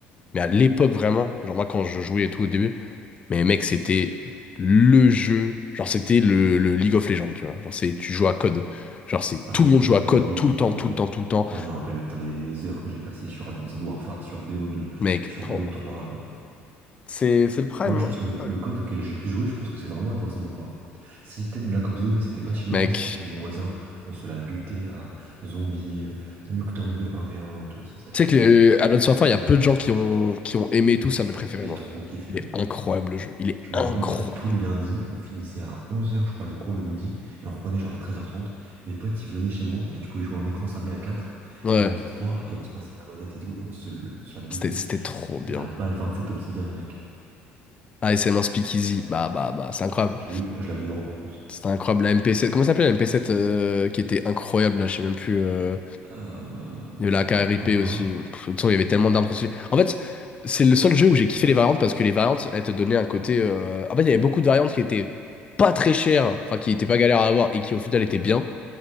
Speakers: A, on the left; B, on the right.
A: Mais à l'époque, vraiment, genre, moi, quand je jouais et tout au début. Mais mec, c'était le jeu. Genre, c'était le, le League of Legends, tu vois. Genre, c'est, tu joues à code. Genre, c'est
B: Clairement,
A: tout le monde
B: c'était
A: joue à code
B: le... Oui,
A: tout le temps,
B: oui,
A: tout
B: oui.
A: le temps, tout le temps.
B: Moi, je me rappelle, putain, les, les heures que j'ai passées sur Advanced Warfare, sur BO2,
A: Mec,
B: sur
A: pour-
B: BO3. euh.
A: c'est c'est le prime.
B: Moi,
A: hein,
B: je pense
A: le
B: que le,
A: prime.
B: le code auquel j'ai le plus joué, je pense que c'est vraiment Advanced Warfare. Si, peut-être Black Ops deux, mais c'était pas chez
A: Mec,
B: moi, c'était chez mon voisin. On se l'a buté à Zombie, euh, Nuketown 2 1 v un et tout. ça, C'était
A: tu
B: à fond,
A: sais que le,
B: quoi.
A: Advance Warfare, il y a peu de gens qui ont, qui ont aimé et tout, ça mes préférés,
B: J'ai
A: moi.
B: trop kiffé,
A: Il
B: moi.
A: est incroyable, le jeu. Il est
B: Je me
A: incroyable.
B: rappelle, dis-toi, tous les lundis, on finissait à onze heures, je crois, les cours le midi, et on reprenait genre à treize heures trente. Mes potes, ils venaient chez moi, et tu pouvais jouer en écran scindé à 4.
A: Ouais,
B: On était 3 et on se passait la manette et tout, et on se, on se la butait.
A: c'était c'était trop bien.
B: La balle sept obsidienne, mec.
A: ASM un Speakeasy, bah, bah, bah, c'est incroyable.
B: Je l'ai eu, je l'avais drop en plus.
A: C'était incroyable. La MP7, comment ça s'appelait la MP7 euh, qui était incroyable, là, je sais même plus. euh,
B: Euh,
A: Il y avait la KRIP
B: Alors là,
A: aussi. Pff, de toute façon, il y avait tellement d'armes trop En fait, c'est le seul jeu où j'ai kiffé les variantes parce que les variantes, elles te donnaient un côté. euh, En fait, il y avait beaucoup de variantes qui étaient pas très chères, enfin, qui étaient pas galères à avoir et qui au final étaient bien.